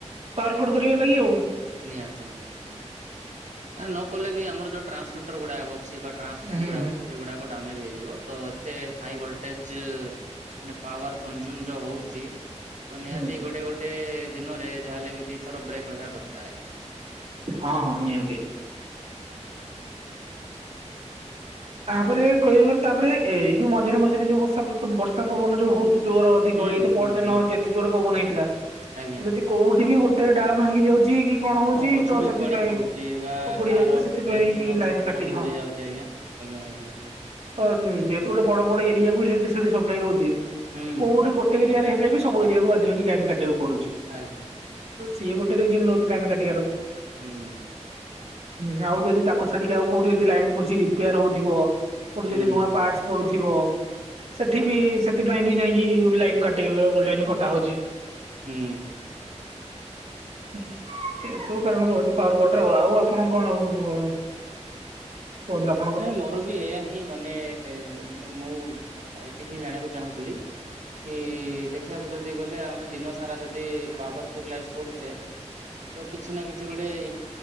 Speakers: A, on the right; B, on the right.
A: ପାୱାରକଟ କରିବା ଲାଗି ଆଉ।
B: ନିହାତି ନିହାତି ନିହାତି ନ କଲେ ବି ଆମର ଯୋଉ ଟ୍ରାନ୍ସମିଟର ଗୁଡା ଅଛି ବା ଟ୍ରାନ୍ସଫର୍ମର୍
A: ହୁଁ
B: ଗୁଡ଼ାକ
A: ହୁଁ
B: ଅଛି ସେଗୁଡ଼ାକ ଡାମେଜ୍ ହେଇଯିବ ତ ଏତେ ହାଇ ଭୋଲ୍ଟେଜ୍ ମାନେ ପାୱାର କଂଜୁମ ଯୋଉ ହଉଛି ତ ନିହାତି
A: ହୁଁ
B: ଗୋଟେ ଗୋ ଟେ ଦିନରେ ଯାହାେଲେ ବି ଦିଥର ବ୍ରେକ୍ ରହିବା ଦରକାର ଆଜ୍ଞା।
A: ହଁ ହଁ ନିହାତି। ତାପରେ କହିବାକୁ ତାପରେ ଏଇ ଯୋଉ ମଝିରେ ମଝିରେ ଯୋଉ ବର୍ଷା ବର୍ଷା ପବନ ଯୋଉ ହଉଛି। ଜୋର ଅଧିକ
B: ହୁଁ
A: ଏଇତ ପରଦିନ
B: ହୁଁ ହୁଁ
A: ଯେତେ ଜୋର ପବନ ହେଇଥିଲା
B: ଆଜ୍ଞା।
A: ଯଦି କୋଉଠି ବି ଗୋଟେ ଡାଳ ଭାଙ୍ଗି ଯାଉଛି କି କଣ ହଉଛି
B: ହଁ ଗଛ
A: ତ
B: ବି
A: ସେଥିପାଇଁ
B: ଉପାଡି ପଡୁଛି ବା
A: ଉପୁଡି
B: କାହାର
A: ଯାଉଛି ତ ସେଥିପାଇଁ
B: ଟିଣ
A: ଲାଇନ
B: ଛପର
A: କାଟି
B: ବି
A: ହଁ।
B: ଉଡି ଯାଉଛି ଆଜ୍ଞା। ଆଜ୍ଞା ଆଜ୍ଞା ଆଜ୍ଞା।
A: ତ ଯେହେତୁ ଗୋଟେ ବଡ ବଡ ଏରିଆକୁୁ ଇଲେକ୍ଟ୍ରିସିଟି ସପ୍ଲାଇ ହଉଛି
B: ହୁଁ
A: କୋଉଠି ଗୋଟେବି ଏରିଆରେ ହେଲେ ବି ସବୁ ଏରିଆକୁ ବାଧ୍ୟହେଇକି ଲାଇନ କାଟିବାକୁ ପଡୁଛି।
B: ଆଜ୍ଞା ଆଜ୍ଞା।
A: ସିଏ ଗୋଟେ ରିଜିନ ରହୁଛି ଲାଇନ କାଟିବାର।
B: ହୁଁ।
A: ହୁଁ ଆଉ ଯଦି ତାକୁ ଛାଡିକି ଆଉ କୋଉଠି ଯଦି ଲାଇନ କରୁ ରିପେୟାର ହଉଥିବ କୋଉଠି
B: ହୁଁ
A: ଯଦି ନୂଆ ପାର୍ଟସ ପଢୁଥିବ। ସେଠି ବି ସେଥିପାଇଁ ବି ଯାଇକି ଲାଇନ କଟି ଲାଇନ କଟା ହଉଛି।
B: ହୁଁ।
A: ଏ ସବୁ କାରଣ ରହୁଛି ପାୱାରକଟର ଆ ଆଉ ଆପଣ କଣ ଆଉ କୋନଡ୍ରପ
B: ନାଇଁ ମୋର ବି ଏଇ ହିଁ ମାନେ ମାନେ ମୁଁ ଏତିକି ହିଁ ଜାଣିବାକୁ ଚାହୁଁଥିଲି କି ଦେଖିବାକୁ ଯଦି ଗଲେ ଆମେ ଦିନ ସାରା ଯଦି ପାୱାରଫୁଲ୍ ଲାଇଜ କରୁଛେ ତ କିଛି ନା କିଛି ଗୋଟେ ଇ